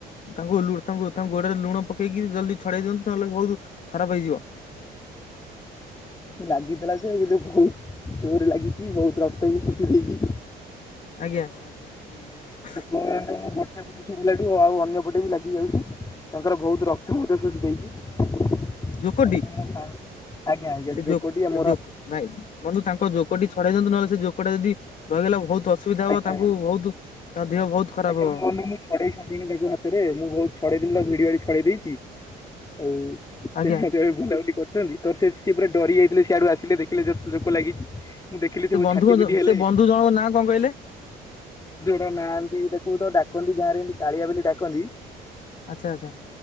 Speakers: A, on the left; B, on the left.
A: ତାଙ୍କୁ ତାଙ୍କୁ ତାଙ୍କୁ ଗୋଡରେ ଲୁଣ ପକେଇକି ଜଲଦି ଛଡେଇ ଦିଅନ୍ତୁ ନହେଲେ ବହୁତ ଖରାପ ହେଇଯିବ।
B: ଏତେ ଲାଗିଥିଲା ଯେ ବହୁତ ଜୋର ଲାଗିଛି ବହୁତ ରକ୍ତ ବି ଶୁଖିଯାଇଛି।
A: ଆଜ୍ଞା। ନାଁ।
B: ସେ କୁହ <unintelligible> ଟିଲାଠୁ ଆଉ ଅନ୍ୟପଟେ ବି ଲାଗି ଯାଉଛି ତାଙ୍କର ବହୁତ ରକ୍ତ ମଧ୍ୟ ଶୋଷି ଦେଇଛି।
A: ଜୋକଟି
B: ମୁଁ ଆଜ୍ଞା ଆଜ୍ଞା ସେ
A: ଜୋ
B: ଯୋକ ଟି ଆମର
A: ଜୋ ବନ୍ଧୁ ତାଙ୍କ ଯୋକଟି ଛଡେଇ ଦିଅନ୍ତୁ ନହେଲେ ସେ ଯୋକଟା ଯଦି ରହିଗଲା ବହୁତ ଅସୁବିଧା
B: ଆଜ୍ଞା
A: ହବ ତାଙ୍କୁ
B: ଆଜ୍ଞା।
A: ବହୁତ। ତା ଦେହ ବହୁତ ଖରାପ
B: ଆଜ୍ଞା
A: ହବ
B: ମନେ ମୁଁ ଛଡେଇ ସାରିଲଣି ତାକୁ ହାତରେ ମୁଁ ବହୁତ ଛଡେଇ ଭିଡି ଭଡି ଛଡେଇ ଦେଇଛି। ଆଉ ସେ
A: ଆଜ୍ଞା
B: ମଧ୍ୟ ଏବେ ବୁଲାବୁଲି କରୁଛନ୍ତି। ତ ସେ ସିଏ ପୁରା ଡରି ଯାଇଥିଲେ, ସିଆଡୁ ଆସିଲେ ଦେଖିଲେ ଯେତେ ଜୋକ ଲାଗିଚି। ମୁଁ ଦେଖିଲି
A: ସେ
B: ଯେବେ
A: ବନ୍ଧୁ
B: ଛାଟି ପିଟି ହେଲେ।
A: ସେ ବନ୍ଧୁ ଜଣଙ୍କ ନାଁ କଣ କହିଲେ?
B: ର ନାହାନ୍ତି ତାକୁ ତ ଡାକନ୍ତି ଗାଁ ରେ ଏମିତି କାଳିଆ ବୋଲି ଡାକନ୍ତି।
A: ଆଚ୍ଛା ଆଚ୍ଛା